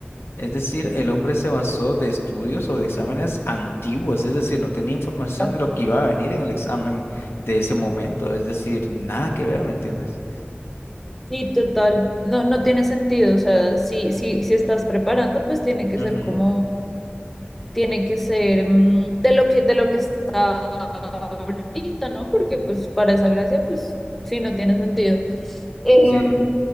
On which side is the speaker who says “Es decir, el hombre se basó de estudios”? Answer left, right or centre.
Left